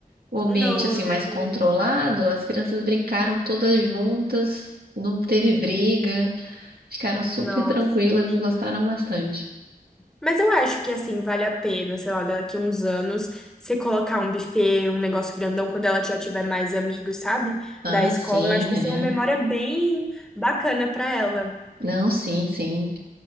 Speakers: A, on the right; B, in the centre.
A: O ambiente
B: Não,
A: assim
B: meu
A: mais
B: Deus.
A: controlado, as crianças brincaram todas juntas, não teve briga, ficaram super
B: Nossa,
A: tranquilas,
B: sim.
A: gostaram bastante.
B: Mas eu acho que, assim, vale a pena, sei lá, daqui uns anos, você colocar um buffet, um negócio grandão, quando ela já tiver mais amigos, sabe?
A: Ah,
B: Da escola,
A: sim,
B: eu acho que
A: é.
B: vai ser uma memória bem bacana pra ela.
A: Não, sim, sim.